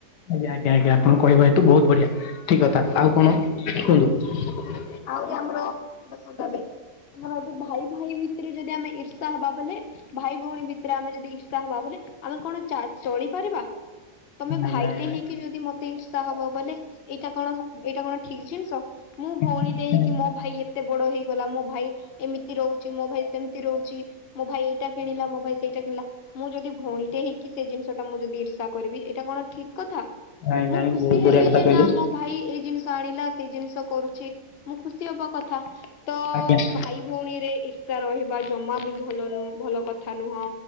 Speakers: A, on the left; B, on the left.
A: ଆଜ୍ଞା ଆଜ୍ଞା ଆଜ୍ଞା ଆପଣ କହିବ ଏଇଠୁ ବହୁତ ବଢ଼ିଆ ଠିକ୍ କଥା ଆଉ କଣ କୁହନ୍ତୁ।
B: ଆହୁ ଆମ ଦେଖ ଆମର ଏବେ ଭାଇ ଭାଇ ଭିତରେ ଯଦି ଆମେ ଇର୍ଷା ହବା ବଲେ ଭାଇ ଭଉଣୀ ଭିତରେ ଆମେ ଯଦି ଇର୍ଷା ହବା ବଲେ ଆମେ କଣ ଚା ଚଳିପାରିବା ତମେ
A: ନାଇଁ
B: ଭାଇଟେ
A: ନାଇଁ ନାଇଁ
B: ହେଇକି ଯଦି ମତେ ଇର୍ଷା ହବ ବଲେ ଏଇଟା କଣ ଏଇଟା କଣ ଠିକ ଜିନିଷ ମୁଁ
A: କିଛି
B: ଭଉଣୀ
A: କିଛି ନାଇଁ
B: ମୋ ଭାଇ ଏତେ ବଡ ହେଇଗଲା ମୋ ଭାଇ ଏମିତି ରହୁଛି ମୋ ଭାଇ ସେମିତି ରହୁଛି ମୋ ଭାଇ ଏଇଟା କିଣିଲା ମୋ ଭାଇ ସେଇଟା କିଣିଲା। ମୁଁ ଯଦି ଭଉଣୀଟେ ହେଇକି ସେ ଜିନିଷ ଟା ମୁଁ ଯଦି ଇର୍ଷା କରିବି, ଏଇଟା କଣ ଠିକ୍ କଥା।
A: ନାଇଁ
B: ମୁଁ
A: ନାଇଁ
B: ଖୁସି
A: ବହୁତ ବଢିଆ
B: ହେବି
A: କଥା
B: ଯେ
A: କହିଲେ
B: ନା ମୋ ଭାଇ ଏଇ ଜିନିଷ ଆଣିଲା ସେଇ ଜିନିଷ କରୁଛି ମୁଁ ଖୁସି ହବ କଥା। ତ
A: ଆଜ୍ଞା
B: ଭାଇ ଭଉଣୀରେ ଈର୍ଷା ରହିବା ଜମା ବି ଭଲ ନୁହଁ ଭଲ କଥା ନୁହଁ।